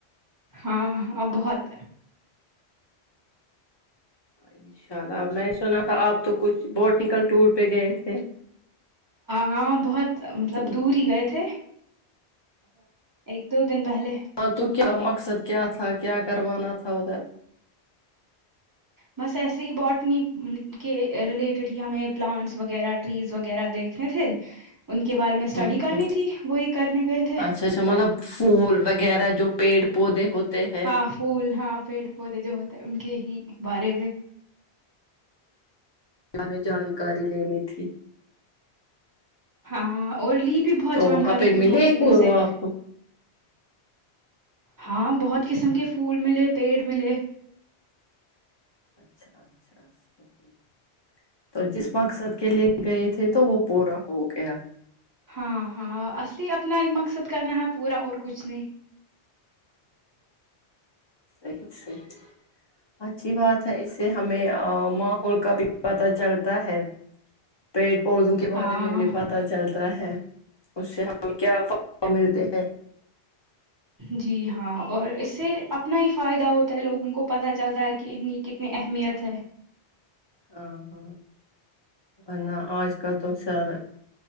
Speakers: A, on the right; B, on the left.
A: ہاں بہت
B: انشاء اللہ میں سنا تھا آپ تو کچھ بوٹینکل ٹور پہ گئے تھے
A: ہاں بہت مطلب
B: تو
A: دور ہی گئے تھے ایک دو دن پہلے
B: ہاں تو کیا مقصد کیا تھا کیا کروانا تھا ادھر
A: بس ایسے ہی باٹنی کے ریلیٹڈ ہی ہمیں پلانٹس وغیرہ ٹریز وغیرہ دیکھنے تھے ان کے بارے میں اسٹڈی
B: ہ
A: کرنی
B: ہ
A: تھی وہی کرنے گئے تھے
B: اچھا اچھا مطلب پھول وغیرہ جو پیٹ پودے ہوتے ہیں
A: ہاں پھول ہاں پیڑ پودے جو ہوتے ہیں ان کے ہی بارے میں
B: ہمیں جانکاری لینی تھی
A: ہاں اور لی بھی بہت
B: تو
A: جانکاری
B: وہاں پہ
A: ہمیں
B: ملے
A: پہنچی بھی
B: وہ
A: ان سے
B: آپ کو
A: ہاں بہت قسم کے پھول ملے پیڑ ملے
B: اچھا اچھا صحیح او جس مقصد کے لیے گئے تھے تو وہ پورا ہو گیا
A: ہاں ہاں اصلی اپنا ہی مقصد کرنا ہے پورا اور کچھ نہیں
B: صحیت صحیت اچھی بات ہ اس سے ہمیں ماحول کا بھی پتا چلتا ہے پیڑ پودوں کے
A: ہاں
B: بارے میں بھی پتا چلتا ہے اس سے ہمیں کیا فائ ملتے ہیں <unintelligible>
A: جی ہاں اور اس سے اپنا ہی فائدہ ہوتا ہے لوگوں کو پتا چلتا ہے کہ ہوں کتنی اہمیت ہے
B: ہاں ہاں انا اج کل توسا دہ